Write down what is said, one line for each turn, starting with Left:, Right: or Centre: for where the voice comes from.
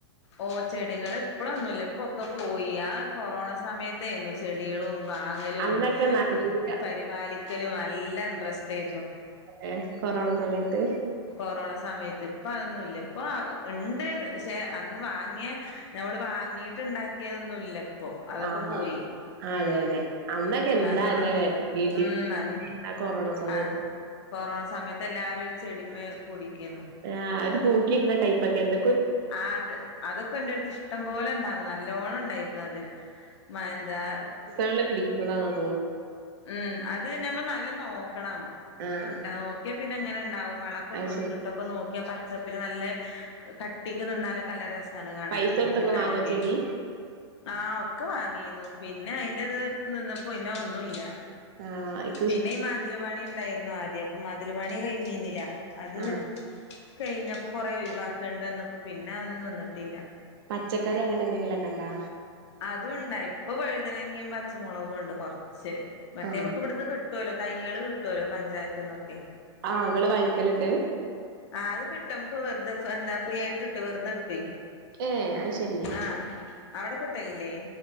Left: ഓ ചെടികൾ ഇപ്പളൊന്നുല്ല പ്പൊക്കെ പോയി ആ കൊറോണ സമയത്തേയിരുന്നു ചെടികളും വാങ്ങലും
Right: അന്നൊക്കെ നല്ല
Left: പരിപാലിക്കലും നല്ലാ ഇൻട്രസ്റ്റ് ആരുന്നു
Right: ഏ കൊറോണ സമയത്ത്.
Left: കൊറോണ സമയത്ത് ഇപ്പൊ അതൊന്നുംല്ല ഇപ്പൊ ഉണ്ട് ശെ അന്ന് വാങ്ങിയ നഞമ്മള് വാങ്ങിയിട്ട്ണ്ടാക്കിയതൊന്നുല്ലപ്പൊ അതൊക്കെ
Right: ആഹ്
Left: പോയി
Right: ആഹ് അതെ
Left: ഉം
Right: അതെ അന്നൊക്കെ എന്താല്ലേ
Left: അതോളൊന്നുംല്ല
Right: വെടി
Left: ഉം ആ
Right: ആ കൊറോണ സമയത്ത്
Left: അന്ന് കൊറോണ സമയത്ത് എല്ലാരും ഒരു ചെടിമേ കുടിക്കുന്നു
Right: ആഹ് ഒരു തോക്കിയിട്ന്ന ടൈപ്പ ഒക്കെ എന്തൊ
Left: ആഹ് അത് അതൊക്കെ എന്റെടുത്ത് ഇഷ്ടം പോലെ ഇണ്ടായിന്ന് നല്ലോണം ഉണ്ടായിരുന്നു അത് മ എന്താ
Right: ള്ള് പിടിക്കുന്നതാ തോന്നുന്നേ
Left: ഉം അത് ന്നേ മ്മള് നല്ല നോക്കണം
Right: ആഹ്
Left: ന്താ നോക്കിയാ പിന്നെ എങ്ങനെ ഉണ്ടാവും വളക്കെ
Right: അത്
Left: ഇട്ട് കൊടുത്തിട്ട്
Right: ശരി
Left: ക്ക നോക്കിയാ പച്ചപ്പില് നല്ല കട്ടീക്ക് നിന്നാലകരസ ണ് കാണൻ
Right: പൈസ
Left: തൂക്കിട്ടാലൊക്കെ
Right: കൊടുത്തൊക്കെ വാങ്ങോ ചെടി?
Left: ആഹ് ഒക്കെ വാങ്ങിന്നു പിന്നെ അതിന്റെത് നിന്നപ്പോ പിന്നെ ഒന്നുല്ല
Right: ആഹള ഇ
Left: പിന്നെ ഈ മതില പണി ഉണ്ടായിരുന്നു ആദ്യം അപ്പൊ മതില പണി കഴിഞ്ഞിന്നില്ല അത്
Right: ആഹ്
Left: കഴിഞ്ഞപ്പോ കൊറെ ഒഴിവാക്കണ്ട് എന്നപ്പോ പിന്നെ അയ്നൊന്നും നിന്നിട്ടില്ല
Right: പച്ചക്കറി അങ്ങനെ എന്തെങ്കിലുമൊക്കെ ഉണ്ടോ
Left: അതുംണ്ടാ ഇപ്പൊ വഴുതനങ്കിയും പച്ചമുളകും ഉണ്ട് കുറച്ച് മറ്റേ
Right: ആഹ്
Left: നമുക്ക് ഇവിടുന്ന് ക കിട്ടല്ലോ തയ്യള് കിട്ടുല്ലോ പഞ്ചായത്ത് നിന്നൊക്കെ
Right: ആഹ് ഇങ്ങള് വാങ്ങിക്കലുണ്ട്
Left: ആഹ അത് കിട്ടും നമു വെറുതെ എന്താ ഫ്രീ ആയിട്ട് വെറുതെ കിട്ടു
Right: ഏ അത് ശരി
Left: ആ അവിടെ കിട്ടലില്ലേ